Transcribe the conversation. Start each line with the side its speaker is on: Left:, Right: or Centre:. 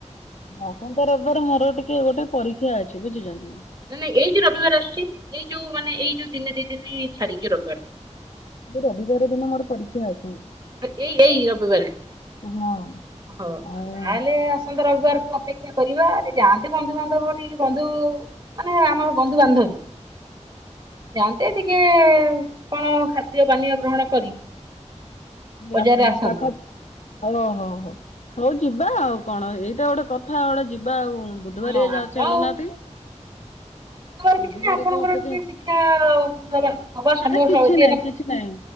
Left: ଆସନ୍ତା ରବିବାର ମ ମୋର ଟିକେ ଗୋଟେ ପରୀକ୍ଷା ଅଛି ବୁଝୁଛନ୍ତି
Right: ନା ନା ଏଇ ଯୋଉ ରବିବାର ଆସୁଛି ଏଇ ଯୋଉ ମାନେ ଏଇ ଯୋଉ ଦିନେ ଦି ଦିନି ଛାଡିକି ରବିବାର ଟି।
Left: ରବିବାର ଦିନ ମୋର ପରୀକ୍ଷା ଅ
Right: ଆ ଏଇ ଏଇ ରବି ବାରେ।
Left: ହଁ
Right: ହଉ
Left: ଆଉ
Right: ତାହେଲେ ଆସନ୍ତା ରବିବାରକୁ ଅପେକ୍ଷା କରିବା ଆରେ ଯାଆନ୍ତି ବନ୍ଧୁବାନ୍ଧବ ଟିକେ ବନ୍ଧୁ ମାନେ ଆମ ବନ୍ଧୁବାନ୍ଧବୀ। ଯାଆନ୍ତେ ଟିକେ କଣ ଖାଦ୍ୟ ପାନୀୟ ଗ୍ରହଣ କରି।
Left: ୟା
Right: ବଜାରରେ
Left: ଉଁ
Right: ଆସନ୍ତେ
Left: ପାଖ ଓ ହୋ ହୋ। ହଉ ଯିବା ଆଉ କଣ ଏଇଟା ଗୋଟେ କଥା ଗୋଟେ ଯିବା ଆଉ ଉଁ ବୁଧବାରିଆ
Right: ହଁ
Left: ଯାଉ
Right: ଆପଣ
Left: ଚାଲୁ ନାହାନ୍ତି।
Right: ବୁଧବାର କିଛି
Left: ରବିବାରକୁ
Right: ନାହିଁ ଆପଣଙ୍କର
Left: ଅପେକ୍ଷା
Right: ଟିକେ ଶିକ୍ଷା ଦବା ଦବା ସମୟ
Left: ନାଇଁ କିଛି
Right: ହଁ ହଁ
Left: ନାହିଁ କିଛି ନାହିଁ।